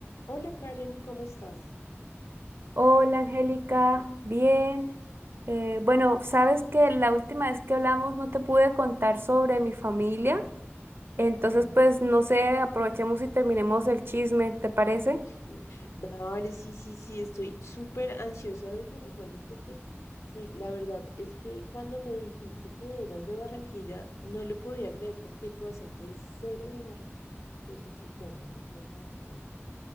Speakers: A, on the left; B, on the right.
A: Hola Karen, ¿cómo estás?
B: Hola Angélica, bien. Eh, bueno, sabes que la última vez que hablamos no te pude contar sobre mi familia, entonces
A: Ujú.
B: pues no sé, aprovechemos y terminemos el chisme, ¿te parece?
A: <laughs> Dale, sí, sí, sí, estoy súper ansiosa de que me cuentes porque sí, la verdad es que cuando me dijiste que eras de Barranquilla, no lo podía creer porque tu acento es cero de Barranquilla. Entonces sí, cuéntame, cuéntame todo.